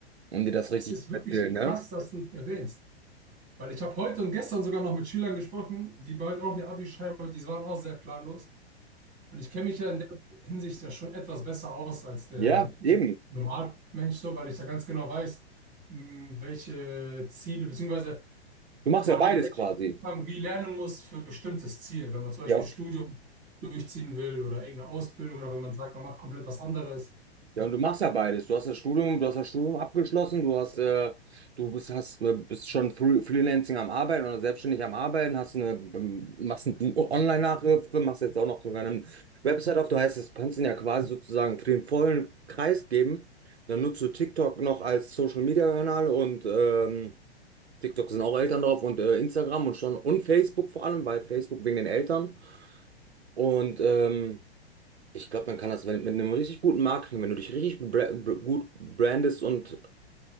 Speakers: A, on the right; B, on the right.
A: um dir das richtig
B: Es ist
A: zu
B: wirklich
A: erzählen,
B: krass,
A: ne?
B: dass du es erwähnst. Weil ich habe heute und gestern sogar noch mit Schülern gesprochen, die bald auch ihr Abi schreiben und die waren auch sehr planlos. Und ich kenne mich ja in der Hinsicht ja schon etwas besser aus als der
A: Ja, eben.
B: Normalmensch, so, weil ich ja ganz genau weiß, mh, welche Ziele, beziehungsweise
A: Du machst
B: man
A: ja beides
B: in welchem
A: quasi.
B: Umfang wie lernen muss für ein bestimmtes Ziel. Wenn man zum
A: Ja.
B: Beispiel Studium durchziehen will oder irgendeine Ausbildung oder wenn man sagt, man macht komplett was anderes.
A: Ja, und du machst ja beides. Du hast das Studium, du hast das Studium abgeschlossen, du hast, äh, du bist, hast, äh, bist schon Fre- Freelancing am Arbeiten oder selbstständig am Arbeiten, hast eine, ähm, machst eine Online-Nachhilfe, machst jetzt auch noch sogar eine Website auf. Du heißt, das kannst du ihn ja quasi sozusagen für den vollen Kreis geben. Dann nutzt du TikTok noch als Social-Media-Kanal und ähm, TikTok sind auch Eltern drauf und äh, Instagram und schon und Facebook vor allem, weil Facebook wegen den Eltern. Und ähm, Ich glaube, man kann das wenn, mit einem richtig guten Marketing, wenn du dich richtig gut, bra br- gut brandest und